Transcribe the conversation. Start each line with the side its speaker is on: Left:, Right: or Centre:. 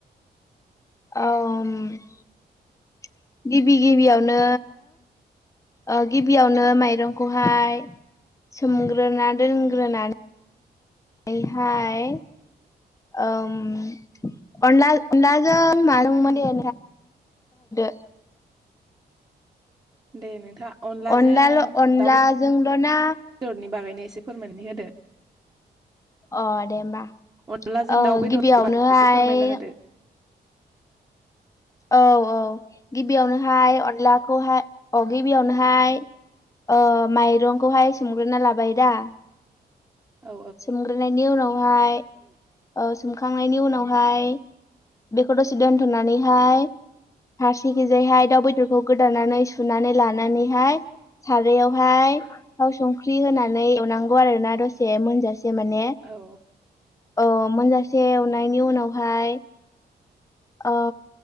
Left: औ। गिबि गिबियावनो ओ गिबियावनो माइरंखौहाय सोमग्रोना दोनग्रोना नैहाय, ओम अनला अनलाजों नाजों माने <unintelligible>
Right: दे नोंथाङा अनलाजों
Left: अनलाल' अनलाजोंल'
Right: दाउ बेदरनि
Left: ना
Right: बागैनो एसे फोरमायना नै होदो।
Left: अ दे होमबा
Right: अनलाजों
Left: ओ
Right: दाउ बेदरबा
Left: गिबियावनोहाय
Right: <unintelligible> एसे फोरमायना होदो।
Left: औ औ गिबियावनोहाय अनलाखौहाय, औ गिबियावनोहाय ओ माइरंखौहाय सोमग्रोना लाबाय दा,
Right: औ
Left: सोमग्रोनायनि उनावहाय औ सोमखांनायनि उनावहाय बेखौ दसे दोनथ'नानैहाय फारसेखिजायहाय दाउ बेदरखौ गोदानानै सुनानै लानानैहाय सारयावहाय थाव संख्रि होनानै एवनांगौ आरोना दसे से माने
Right: औ
Left: औ मोनजासे एवनायनि उनावहाय ओ